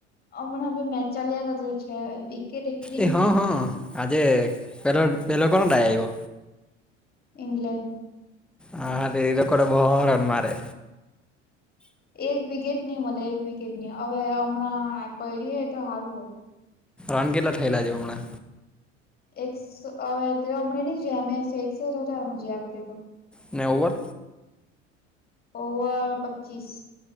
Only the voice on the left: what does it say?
હમણાં હ મે ચાાલ્યાગત વિકેટ છે. એક બી
નહી
પડી
ઈંગ્લેન્ડ.
એક વિકેટ નહી મળે એક વિકેટ નની હવે હમણાં પડી હ તો સારું હોય.
એક હવે તે હમણે નહી જયા અમે એકસો એકસઠ હતા અમે જયા કરતી તો
ઓવર પચીસ